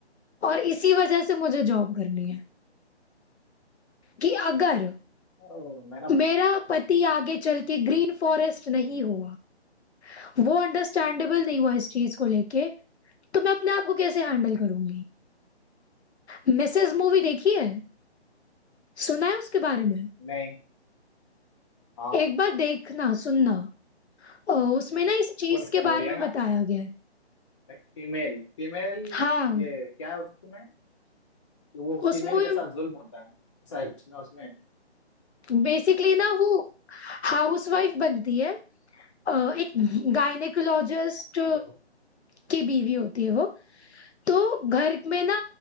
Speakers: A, on the left (about 70°); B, on the left (about 25°).
A: और इसी वजह से मुझे जॉब करनी है कि अगर
B: ओ, मैं ना
A: मेरा पति आगे चल के ग्रीन फॉरेस्ट नहीं हुआ वो अंडरस्टैंडेबल नहीं हुआ इस चीज को लेके तो मैं अपने आप को कैसे हैंडल करूंगी मिसेज मूवी देखी है सुना है उसके बारे में
B: नहीं हाँ
A: एक बार देखना सुनना अ, उसमें ना इस चीज
B: वो एक
A: के
B: मूवी
A: बारे
B: है
A: में
B: ना
A: बताया गया है
B: एक फीमेल फीमेल
A: हाँ
B: ये क्या है उसमें कि वो
A: उस
B: फीमेल
A: मूवी
B: के साथ जुल्म होता है ऐसा है उसमें उसमें
A: बेसिकली ना वो हाउसवाइफ बनती है अ, एक गायनेकोलॉजिस्ट
B: ओ,
A: की बीवी होती है वो तो घर में ना